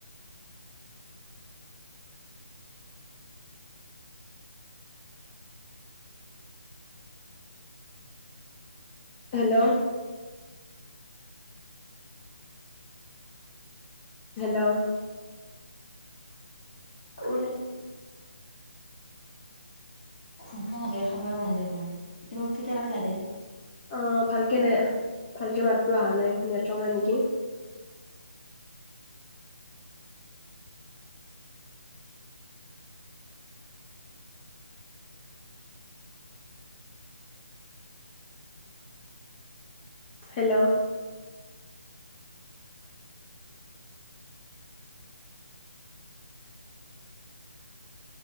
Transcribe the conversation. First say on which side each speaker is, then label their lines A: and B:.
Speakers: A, on the left; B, on the left.
A: হেল্ল'? হেল্ল'?
B: ওলে ভোক লাগে খাবাই মন যায় মোৰ কিন্তু কেতিয়াবা ল, যায়।
A: অ, ভালকে নে ভালকে মাতটো অহা নাই, নেটৰ নে, নেকি। হেল্ল'?